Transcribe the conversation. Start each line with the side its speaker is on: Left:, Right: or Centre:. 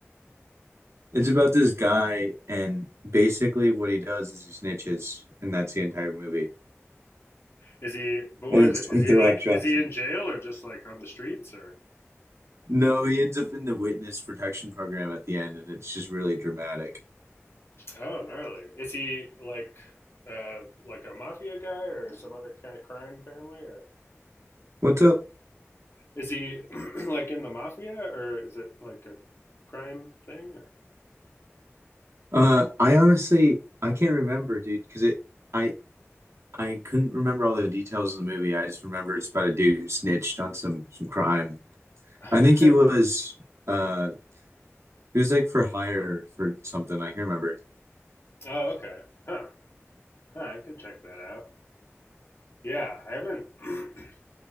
Right: It's about this guy and basically what he does is he snitches and that's the entire movie.
Left: Is he? But where
Right: And it's
Left: is it? Is
Right: Dwayne
Left: he
Right: The
Left: like?
Right: Rock Johnson.
Left: Is he in jail or just like on the streets or?
Right: No, he ends up in the witness protection program at the end and it's just really dramatic.
Left: Oh, gnarly. Is he like, uh, like a mafia guy or some other kind of crime family or?
Right: What's up?
Left: Is he <clears throat> like in the mafia or is it like a crime thing or?
Right: Uh, I honestly I can't remember, dude, because it I I couldn't remember all the details of the movie. I just remember it's about a dude who snitched on some some crime.
Left: <laughs>
Right: I think he was uh he was like for hire for something. I can't remember.
Left: oh, okay. Huh. Huh. I could check that out. Yeah, I haven't <clears throat>